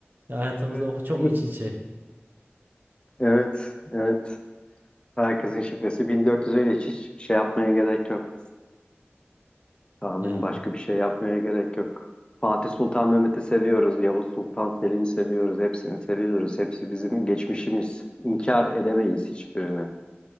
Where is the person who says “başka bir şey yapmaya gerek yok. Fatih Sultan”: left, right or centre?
Left